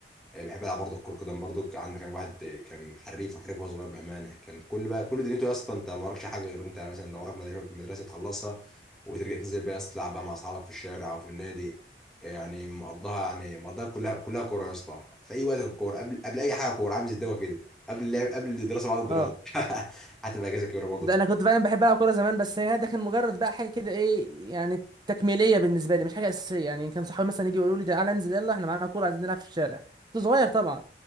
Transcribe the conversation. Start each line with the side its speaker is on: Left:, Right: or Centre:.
Centre: بحب العب برضه كرة قدم برضه عندك كان واحد كان حريف وحريف وهو صغير بامانه كان كل بقى كل دنيته يا اسطى انت ما وراكش حاجه غير انت مثلا لو وراك مدرسه مدرسة تخلصها وترجع تنزل بقى يا اسطى تلعب بقى مع اصحابك في الشارع او في النادي يعني مقضاها يعني مقضاها كلها كلها كوره يا اسطى في اي وقت الكوره قبل قبل اي حاجه كوره عامل زي الدواء كده قبل اللعب قبل الدراسه بعد الدراسه
Right: اه
Centre: <laughs> حتى بقى اجازه كبيره برضه
Right: ده أنا كنت فعلا بحب ألعب كورة زمان بس هي ده كان مجرد بقى حاجة كده إيه يعني تكميلية بالنسبة لي مش حاجة أساسية يعني كان صحابي مثلا يجي يقولوا لي تعالى انزل يلا إحنا معانا كورة عايزين نلعب في الشارع كنت صغير طبعا